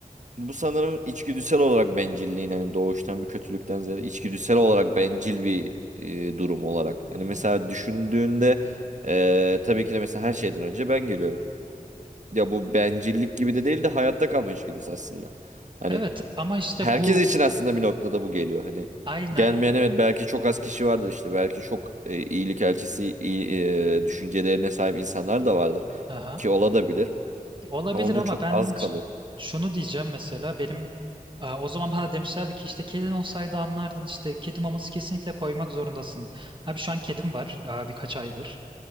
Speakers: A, on the right; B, on the right.
A: bu sanırım içgüdüsel olarak bencilliğin hani doğuştan bir kötülükten ziyade içgüdüsel olarak bencil bir e, durum olarak.
B: Hı
A: Hani
B: hı.
A: mesela düşündüğünde e, tabii ki de mesela her şeyden önce ben geliyorum. Ya bu bencillik gibi de değil de hayatta kalma içgüdüsü aslında. Hani
B: Evet ama işte
A: herkes
B: bu
A: için aslında bir noktada bu geliyor hani.
B: aynen
A: Gelmeyen evet belki çok az kişi vardır işte belki çok e, iyilik elçisi iyi, e, düşüncelerine sahip insanlar da vardır
B: aha.
A: ki ola da bilir
B: Olabilir
A: ama bu
B: ama
A: çok
B: ben
A: az kalıyor.
B: ş- şunu diyeceğim mesela benim e, o zaman bana demişlerdi ki işte kedin olsaydı anlardın işte kedi maması kesinlikle koymak zorundasın. Abi şu an kedim var e, birkaç aydır.